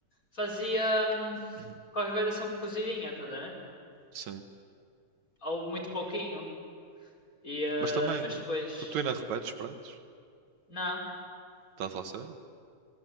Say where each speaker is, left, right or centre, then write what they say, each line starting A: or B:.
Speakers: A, on the left (about 25°); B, on the right (about 75°).
A: fazia hum,
B: <clears throat>
A: qualquer coisa sempre cozidinha, estás a ver?
B: Sim.
A: Ou muito pouquinho. E, ah,
B: Mas também,
A: mas depois.
B: tu, tu ainda repetes pratos?
A: Não,
B: Estás a sério?